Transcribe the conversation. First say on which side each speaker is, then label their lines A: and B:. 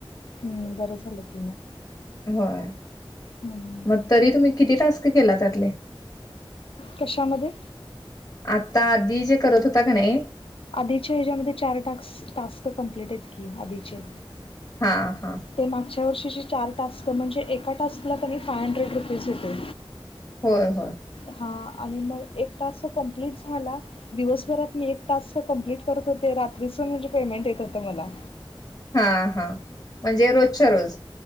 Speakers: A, on the left; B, on the left.
A: हम्म बरं झालं की मग.
B: होय.
A: हम्म
B: मग तरी तुम्ही किती टास्क केला त्यातले?
A: कशामध्ये?
B: आता आधी जे करत होता का नाही
A: आधीच्या ह्याच्यामध्ये चार टाक्स टास्क कम्प्लीट आहेत की आधीचे.
B: हा, हा.
A: ते मागच्या वर्षीची चार टास्क म्हणजे एका टास्कला कनई फाईव हंड्रेड रुपीज होते.
B: होय, होय.
A: हा आणि मग एक टास्क तर कम्प्लीट झाला दिवसभरात मी एक टास्क कंप्लीट करत होते, रात्रीच म्हणजे पेमेंट येत होतं मला.
B: हा, हा. म्हणजे रोजच्या रोज?